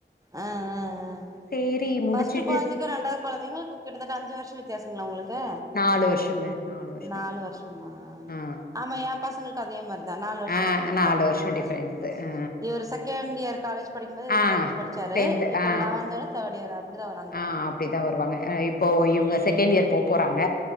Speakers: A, on the right; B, on the left.
A: ஆ ஆ ஆ
B: சேரி முடிச்சுட்டு
A: ஃபர்ஸ்ட் கொழந்தைக்கு ரெண்டாவது கொழந்தைங்கக்கு கிட்டத்தட்ட அஞ்சு வருஷ வித்தியாசங்ளா உங்ளுக்கு
B: நாலு வருஷங்க வருஷோ
A: நாலு வருஷமா
B: ஆ
A: ஆமா எ பசங்களுக்கு அதே மாரிதா நா நாலு வருஷ
B: ஆ
A: டிஃபரெண்ட்தா
B: நாலு வருஷோ
A: ஆ
B: டிஃபரன்ஸு
A: ஆ
B: ஆ
A: இவர் செகண்ட் இயர் காலேஜ் படிக்கும்போது இவுரு
B: ஆ
A: டென்த்து படிச்சாரு
B: டென்த்
A: இப்ப
B: ஆ
A: லெவன்த் அவ தேர்ட் இயர் ஆ அப்டிதா வராங்க
B: ஆ அப்பிடிதான் வருவாங்க இப்போ இவுங்க செகண்ட் இயர் போ போறாங்க